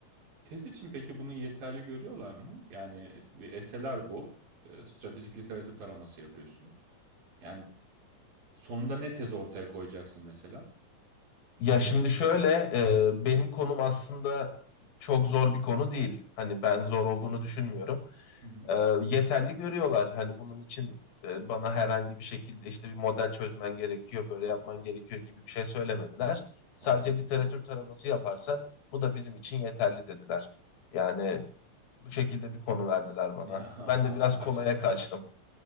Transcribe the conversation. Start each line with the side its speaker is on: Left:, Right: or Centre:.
Right: Tez için peki bunu yeterli görüyorlar mı? Yani bir SLR bu. E, Stratejik literatür taraması yapıyorsun. Yani sonunda ne tez ortaya koyacaksın mesela?
Left: Ya şimdi şöyle, e, benim konum aslında çok zor bir konu değil. Hani ben zor olduğunu düşünmüyorum.
Right: Hı hı,
Left: E, yeterli görüyorlar. Hani bunun için e, bana herhangi bir şekilde işte bir model çözmen gerekiyor, böyle yapman gerekiyor gibi bir şey söylemediler. Sadece
Right: anladım.
Left: literatür taraması yaparsan bu da bizim için yeterli dediler. Yani bu şekilde bir konu verdiler bana.
Right: <laughs> Ya,
Left: Ben de biraz
Right: acı.
Left: kolaya kaçtım.